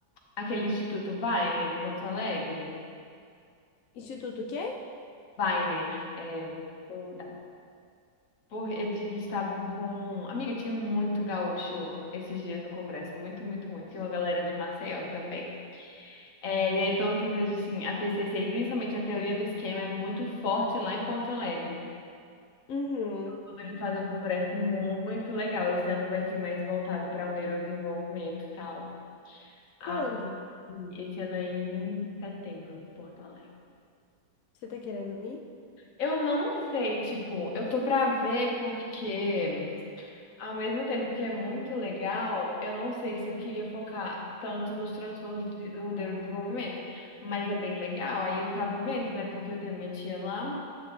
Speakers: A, on the left; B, on the left.
A: aquele Instituto Weiner em Porto Alegre?
B: Instituto o quê?
A: Weiner, é, um- por, eles estavam com. Amiga, tinha muito gaúcho esses dias no Congresso, muito, muito, muito. tinha uma galera de Maceió também. É, e aí, pelo que eu vejo, assim, a TCC e principalmente a teoria do esquema é muito forte lá em Porto Alegre.
B: Uhum.
A: tudo, Eles fazem um congresso muito legal. Esse ano vai ser mais voltado para o neurodesenvolvimento e tal.
B: Quando?
A: Ah, e esse ano é em setembro, Porto Alegre.
B: Você tá querendo ir?
A: Eu não sei, tipo, eu tô pra ver porque, ao mesmo tempo que é muito legal, eu não sei se eu queria focar tanto nos transtornos de- do neurodesenvolvimento. Mas é bem legal. Aí eu tava vendo, né? Porque eu tenho minha tia lá.